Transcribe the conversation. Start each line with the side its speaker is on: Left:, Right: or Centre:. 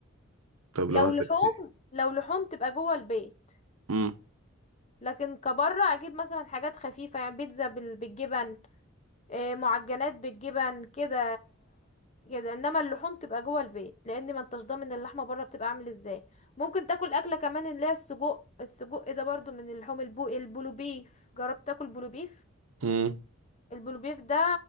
Right: طب
Left: لو
Right: لو هتاكلي
Left: لحوم لو لحوم تبقى جوه البيت
Right: امم
Left: لكن كبره اجيب مثلا حاجات خفيفه يعني بيتزا بال- بالجبن إيه، معجنات بالجبن كده كده انما اللحوم تبقى جوه البيت لان ما انتش ضامن اللحمه بره بتبقى عامل ازاي ممكن تاكل اكله كمان اللي هي السجق السجق ده برضو من اللحوم البو البلوبيف جربت تاكل بلوبيف
Right: امم
Left: البلوبيف ده